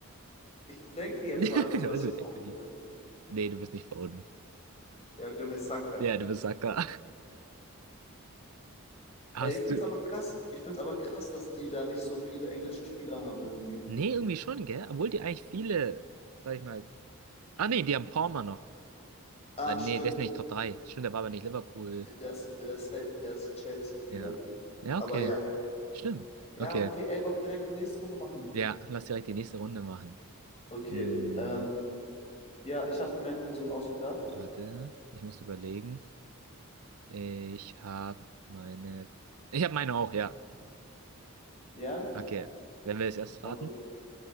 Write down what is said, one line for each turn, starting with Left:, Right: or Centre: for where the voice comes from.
Left: ich denke jetzt
Right: <laughs>
Left: mal einfach so, dass
Right: Also,
Left: ich
Right: nee,
Left: Foden
Right: die-
Left: bin.
Right: nee, du bist nicht verunten.
Left: Ja, okay, dann bin ich Saka.
Right: Ja, du bist Sacker. <laughs> Hast
Left: Ey, ich find's
Right: du.
Left: aber krass. Ich find's aber krass, dass die da nicht so viele englische Spieler haben irgendwie.
Right: Nee, irgendwie schon, gell? Obwohl die eigentlich viele, sag ich mal. Ah, nee, die haben Palmer noch.
Left: Ach,
Right: Ah, nee,
Left: stimmt.
Right: der ist nicht Top 3. Stimmt, der war aber nicht Liverpool.
Left: Ja, Der ist, der ist, Hel- der ist Chelsea-Spieler.
Right: Ja. Ja,
Left: Aber
Right: okay.
Left: ja.
Right: Stimmt.
Left: Ja,
Right: Okay.
Left: okay. Ey, wollen wir direkt die nächste Runde machen?
Right: Ja, lass direkt die nächste Runde machen.
Left: Okay.
Right: Hm,
Left: Ähm, Ja, ich habe mir eine Person ausgedacht.
Right: warte. Ich muss überlegen. Ich habe meine. Ich habe meine auch, ja.
Left: Ja?
Right: Okay. Wer will es erst
Left: Okay.
Right: raten?